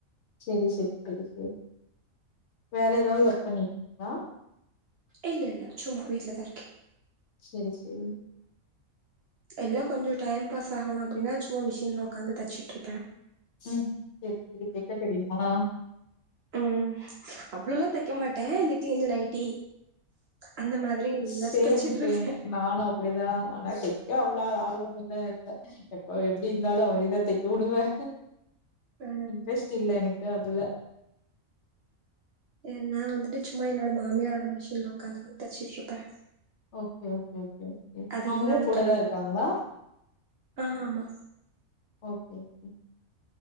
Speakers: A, on the left (about 65°); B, on the right (about 60°).
A: செரி செரி செரி செரி வேற ஏதாவது
B: ம்
A: ஒர்க் பண்ணீருக்கீங்ளா
B: இல்ல இல்ல சும்மா வீட்ல தாருக்கே
A: செரி செரி
B: எல்லா கொஞ்சோ டைம் பாஸ் ஆகணு அப்டின்னா சும்மா மிஷின்ல உக்காந்து தச்சிட்டுருப்பே
A: ம் செரி செரி தெக்க தெரியுமா
B: ம் அவ்ளோலா தெக்க மாட்டே இந்த கிழிஞ்ச நைட்டி அந்த மாதிரி
A: சேம்
B: ஏதாச்சு தச்சுட்ருப்பே
A: சேம் நானு அப்டிதா ஆனா தைக்க அவ்ள ஆர்வம் எல்லா இல்ல எப்போ எப்டிருந்தாலு அவரே தா தெக்க வுடுவெ
B: அ
A: இன்ட்ரெஸ்ட் இல்ல எனக்கு அதுல
B: எ நா வந்துட்டு சும்மா என்னோட மாமியாரோட மிஷின்ல உக்காந்து வது தச்சிட்ருப்பெ
A: ஓகே ஓகே ஓகே ஓகே
B: அது
A: அவுங்களு
B: இல்லாத
A: கூடதா
B: டைம்
A: இருக்காங்ளா
B: ஆ ஆமா
A: ஓகே ஓகே